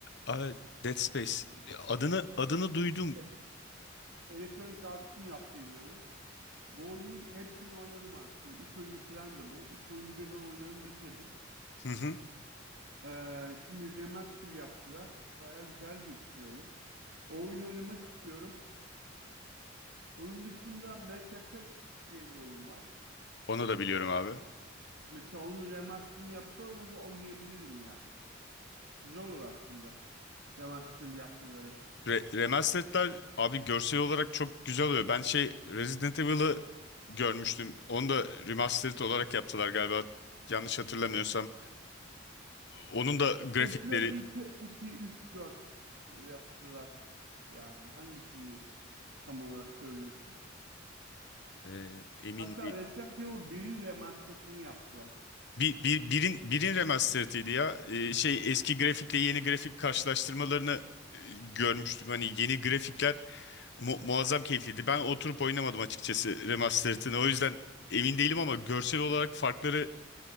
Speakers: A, on the left; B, on the right.
A: Abi Dead Space. Adını adını duydum.
B: E Electronic Arts'ın yaptığı bir oyun. Bu oyunun hepsini oynadım aslında. Üç oyunu falan da bu. Üç oyunu birden oynadım bitirdim.
A: Hı hı.
B: Ee, şimdi remaster yaptılar. Baya güzel gözüküyor oyun. O oyunu oynamak istiyorum. Onun dışında Mass Effect diye bir oyun var.
A: Onu da biliyorum abi.
B: Me- Mesela onun remasterını yapsalar onu da oynayabilirim yani. Güzel olur aslında. Hemen yapmaları.
A: Re Remastered'lar abi görsel olarak çok güzel oluyor. Ben şey Resident Evil'ı görmüştüm. Onu da remastered olarak yaptılar galiba. Yanlış hatırlamıyorsam. Onun da grafikleri
B: Eşler 2, 2, 3, 4 yaptılar. Yani hangisini tam olarak söylüyorsun?
A: e, emin
B: Hatta
A: değil.
B: Resident Evil 1'in remastered'ını yaptılar.
A: Bir, bir, birin, birin remastered'ıydı ya. Ee, şey eski grafikle yeni grafik karşılaştırmalarını e, görmüştüm. Hani yeni grafikler mu- muazzam keyifliydi. Ben oturup oynamadım açıkçası remastered'ını. O yüzden emin değilim ama görsel olarak farkları